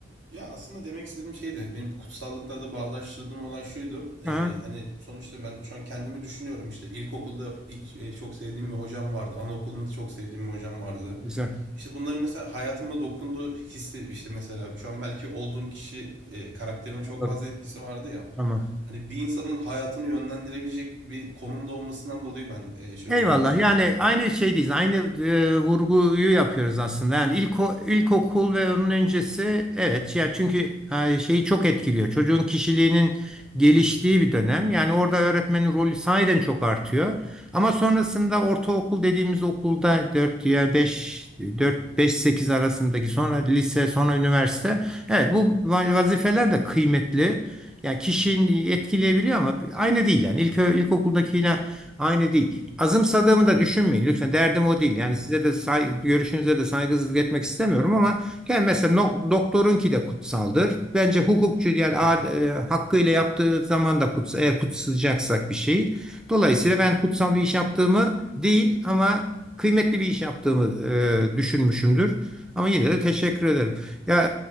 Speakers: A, on the right; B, in the centre.
A: Ya aslında demek istediğim şey de benim kutsallıkla da bağdaştırdığım olay şuydu. Ee,
B: Aha,
A: hani sonuçta ben şu an kendimi düşünüyorum İşte ilkokulda e, çok sevdiğim bir hocam vardı. Anaokulunda çok sevdiğim bir hocam vardı.
B: güzel.
A: İşte bunların mesela hayatıma dokunduğu hissi işte mesela şu an belki olduğum kişi e, karakterime çok
B: Anladım.
A: fazla etkisi vardı ya.
B: Tamam.
A: Hani bir insanın hayatını yönlendirebilecek bir konumda olmasından dolayı ben e, şey
B: Eyvallah.
A: olduğunu düşünüyorum.
B: Yani aynı şeydeyiz. Aynı e, vurguyu yapıyoruz aslında. Yani ilk ilkokul ve onun öncesi evet ya çünkü e, şeyi çok etkiliyor. Çocuğun kişiliğinin geliştiği bir dönem. Yani orada öğretmenin rolü sahiden çok artıyor. Ama sonrasında ortaokul dediğimiz okulda 4 ya 5, 4 5 8 arasındaki sonra lise, sonra üniversite. Evet bu va- vazifeler de kıymetli. Yani kişinin etkileyebiliyor ama aynı değil yani. İlk ilkokuldakiyle Aynı değil. Azımsadığımı da düşünmeyin. Lütfen derdim o değil. Yani
A: Evet.
B: size de say görüşünüze de saygısızlık etmek istemiyorum ama yani mesela no- doktorunki de kutsaldır. Bence hukukçu yani
A: <laughs>
B: ad- e, hakkıyla yaptığı zaman da kutsal, eğer kutsayacaksak bir şey. Dolayısıyla ben kutsal bir iş yaptığımı değil ama kıymetli bir iş yaptığımı e, düşünmüşümdür. Ama yine de teşekkür ederim. Ya